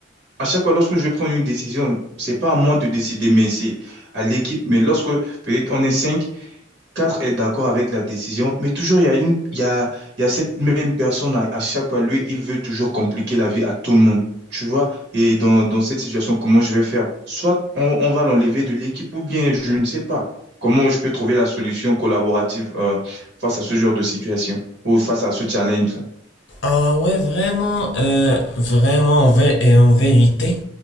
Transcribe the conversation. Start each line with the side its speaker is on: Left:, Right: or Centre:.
Right: À chaque fois, lorsque je vais prendre une décision, c'est pas à moi de décider, mais c'est à l'équipe. Mais lorsque peut-être on est cinq, quatre est d'accord avec la décision, mais toujours il y a une, il y a, il y a cette même personne à, à chaque fois. Lui, il veut toujours compliquer la vie à tout le monde. Tu vois? Et dans, dans cette situation, comment je vais faire? Soit on, on va l'enlever de l'équipe ou bien je ne sais pas. Comment je peux trouver la solution collaborative euh, face à ce genre de situation ou face à ce challenge-là?
Left: ah ouais, vraiment, euh, vraiment, en vé- et en vérité,